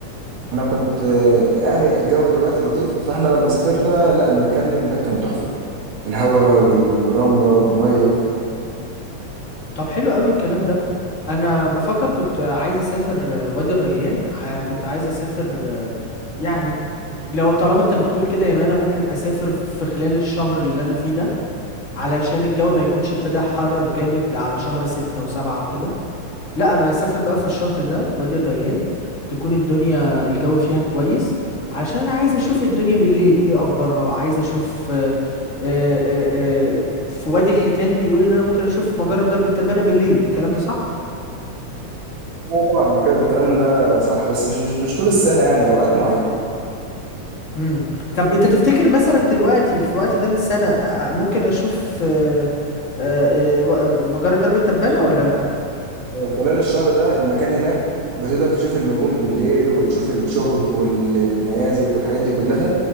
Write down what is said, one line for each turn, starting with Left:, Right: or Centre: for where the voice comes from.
Right: انا كنت آه، يعني الجو دلوقتي لطيف فاحنا لما سافرنا لا المكان هناك كان تحفه الهواء والرمله والميه
Left: طب حلو قوي الكلام ده انا بفكر كنت عايز اسافر وادي الريان ع- كنت عايز اسافر يعني لو طالما انت بتقول كده يا مان، انا ممكن اسافر في خلال الشهر اللي انا فيه ده علشان الجو ما يكونش ابتدى حرر جامد على شهر ستة وسبعة وكده لا انا هسافر بقى في الشهر ده وادي الريان تكون الدنيا الجو فيها كويس علشان انا عايز اشوف الدنيا بالليل ايه اخبارها عايز اشوف آه، آه، آه، آه، في وادي الحيتان بيقول ان انا ممكن اشوف مجرة درب التبانة بالليل الكلام ده صح
Right: اه طبعا المكان الكلام ده صح بس مش مش, مش طول السنه يعني اوقات
Left: امم طب انت تفتكر مثلا دلوقتي في وقت ده من السنة آه، آه، ممكن اشوف آه، آه، آه، و- آه، مجرة درب التبانة
Right: معينه
Left: ولا لا
Right: خلال الشهر ده المكان هناك بتقدر تشوف النجوم بالليل وتشوف الشهب والنيازك والحاجات دي كلها